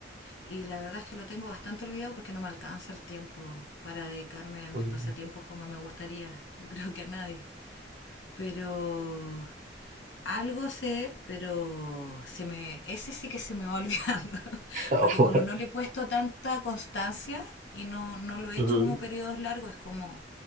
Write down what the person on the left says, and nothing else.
y la verdad es que lo tengo bastante olvidado porque no me alcanza el tiempo para dedicarme a mis
pasatiempos como me gustaría, yo creo que a nadie. Pero algo sé, pero se me, ese sí que se me va olvidando, <laughs>
porque como no le he puesto tanta constancia y no, no lo he
hecho como periodos largos, es como